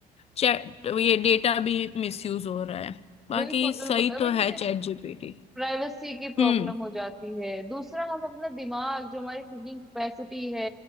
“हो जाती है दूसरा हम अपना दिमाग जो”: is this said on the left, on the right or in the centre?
Centre